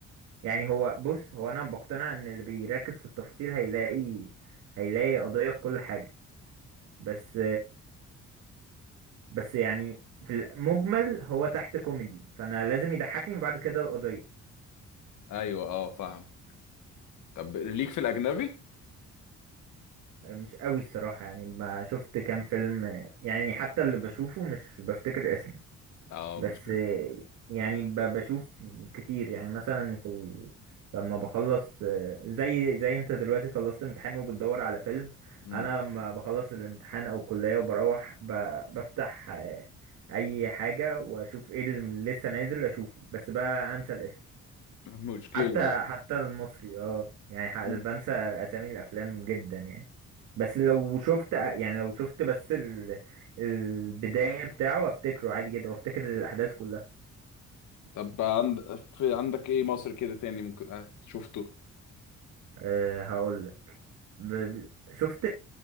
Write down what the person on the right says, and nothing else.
يعني هو بص هو انا بقتنع ان اللي بيركز في التفاصيل هيلاقي هيلاقي قضية في كل حاجة بس بس يعني في المجمل هو تحت كوميدي فانا لازم يضحكني وبعد كده القضية
مش قوي الصراحة يعني ما شفت كام فيلم يعني حتى اللي بشوفه مش بفتكر اسمه
بس
يعني ب- بشوف كتير يعني مثلا في ال... لما بخلص زي زي انت دلوقتي خلصت امتحان وبتدور على فيلم
انا لما بخلص الامتحان او الكلية وبروح ب... بفتح اي حاجة واشوف ايه اللي لسه نازل اشوفه بس بقى انسى الاسم
حتى
حتى المصري اه يعني ح-
بنسى اسامي الافلام جدا يعني بس لو شفت يعني لو شفت بس ال... البداية بتاعه افتكره عادي جدا وافتكر الاحداث كلها
أه هقول لك ب... شفت